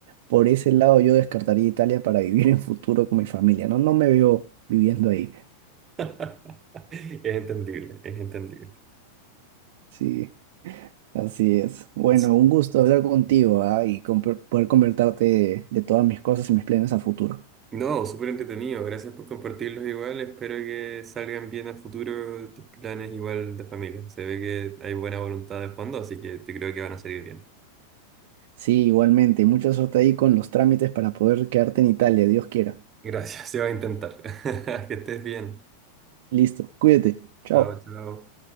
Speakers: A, on the right; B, on the right.
A: por ese lado yo descartaría Italia para vivir en futuro con mi familia, ¿no? No me veo viviendo ahí.
B: <laughs> Es entendible, es entendible.
A: Sí, así es. Bueno,
B: Sí.
A: un gusto hablar contigo, ¿ah? Y con- poder convertarte de, de todas mis cosas y mis planes a futuro.
B: No, súper entretenido. Gracias por compartirlos igual. Espero que salgan bien a futuro tus planes igual de familia. Se ve que hay buena voluntad de fondo, así que te creo que van a salir bien.
A: Sí, igualmente. Mucha suerte ahí con los trámites para poder quedarte en Italia, Dios quiera.
B: Gracias, se va a intentar. <laughs> Que estés bien.
A: Listo, cuídate. Chao.
B: Chao, chao.